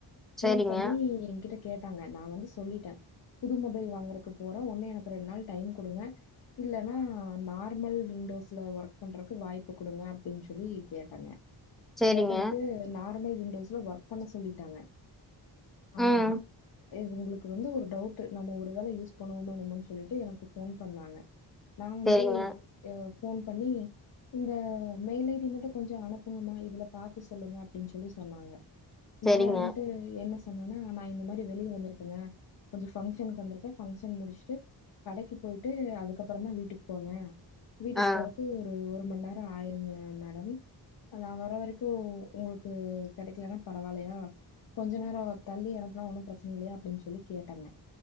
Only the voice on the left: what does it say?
போன் பண்ணி எங்கிட்ட கேட்டாங்க நா வந்து ஸ் சொல்லிட்டே புது மொபைல் வாங்கறக்கு போறோ ஒன்னு எனக்கு ரெண்டு நாள் டைம் கொடுங்க இல்லன்னா நார்மல் விண்டோஸ்ல ஒர்க் பண்றக்கு வாய்ப்பு கொடுங்க அப்டின்னு சொல்லி கேட்டாங்க
கேட்டதுக்கு நா <unintelligible> விண்டோஸ்ல ஒர்க் பண்ண சொல்லிட்டாங்க ஆனா
இவங்களுக் க்கு வந்து ஒரு டவுட்டு நம்ம ஒரு வேள யூஸ் பண்ணுவோமோ என்னமோனு சொல்லிட்டு எனக்கு ஃபோன் பண்ணாங்க நா வந்து
ஏ ஃபோன் பண்ணி இந்த மெயில் ஐ டி மட்டு கொஞ்சோ அனுப்புங்கமா இதுல பாத்து சொல்லுங்க அப்டின்னு சொல்லி சொன்னாங்க நா
இருன்ட்டு என்ன சொ சொன்னொன்னே நா இந்த மாரி வெளிய வந்திருக்கங்க கொஞ்சோ ஃபங்க்ஷனுக்கு வந்திருக்கே ஃபங்க்ஷன் முடிச்சுட்டு கடைக்கு போயிட்டு அதுக்கப்பறந்தா வீட்டுக்கு போவே வீட்டுக்கு
போறக்கு ஒரு ஒரு மண்நேரோ ஆயிருங்க மேடம் நா வர வரைக்கு உங்களுக்கு கெடைக்கலனா பரவாயில்லயா கொஞ்ச நேரோ தள்ளி அனுப்புனா ஒன்னு பிரச்சன இல்லையா அப்டின்னு சொல்லி கேட்டாங்க